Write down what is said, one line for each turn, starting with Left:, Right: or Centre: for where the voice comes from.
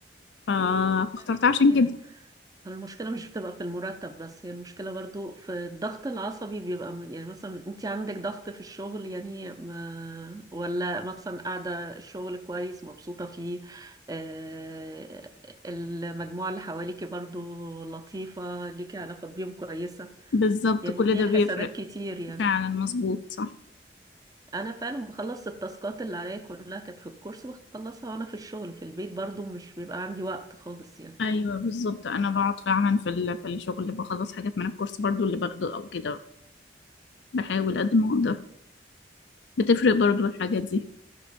Left: ف- فاخترتها
Right: فعلا
Left: عشان
Right: يعني
Left: كده
Right: المشكلة مش بتبقى في المرتب بس هي المشكلة برضو في الضغط العصبي بيبقى من- يعني مثلا انت عندك ضغط في الشغل يعني ما ولا مثلا قاعدة الشغل كويس مبسوطة فيه آه، المجموعة اللي حواليكي برضو لطيفة ليكي علاقة بيهم كويسة
Left: بالظبط
Right: يعني
Left: كل
Right: في
Left: ده
Right: حسابات
Left: بيفرق
Right: كتير يعني
Left: فعلا مظبوط صح
Right: انا فعلا بخلص التاسكات اللي عليا كلها كانت في الكورس بخلصها وانا في الشغل في البيت برضو مش بيبقى عندي وقت خالص يعني
Left: ايوه بالظبط انا بقعد فعلا في ال- في الشغل بخلص حاجات من الكورس برضو اللي باخده او كده بحاول قد ما اقدر بتفرق برضو الحاجات دي